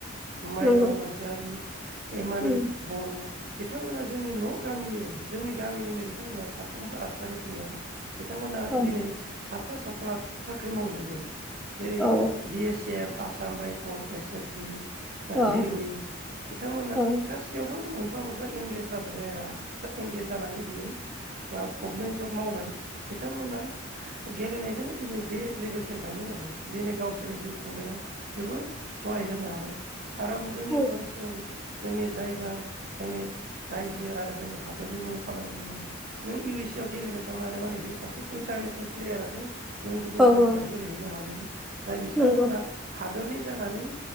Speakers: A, on the right; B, in the centre.
A: माइनाव
B: नंगौ
A: नार्जारि हेमानि
B: उम
A: बर' बिथांमोना जोंनि न‌ गामिनिनो जोंनि गामिनिनो बिथांमोना साथामबो आर्सारि प्लेयार बिथांमोना
B: औ
A: दिनै साफा साफा साख्रि मावजोबो जेरै
B: औ
A: B S F Assam rifle S S B
B: औ
A: रेलवे बिथांमोना
B: औ
A: गासैयावबो मोन मोनफा मोनफा एंगेज जाजोबबाय जा एंगेज जानानै दिनै आ गभमेन्ट जब मावबाय बिथांमोना गेलेनायजोंनो दिनै बे लेभेलसिम थांदों आरो दिनै गावसोरनि जिउ खुंनायाव जोबोर सहाय होनो हाबाय आराम जोंनि
B: औ
A: ओनसोल जोंनि जायगा जोंनि रायजो आरो जोंनि हादोरनि मुं खामाय बुबाय नों इउ एस ए आव गेलेनो थांनानै माने बे सासे इन्टारनेसनेल प्लेयारासो नों गुबुन
B: औ औ
A: कान्ट्रियाव गेलेहैनो हागोन। जाय बिसांमोना
B: नंगौ औ
A: हादरनि जानानै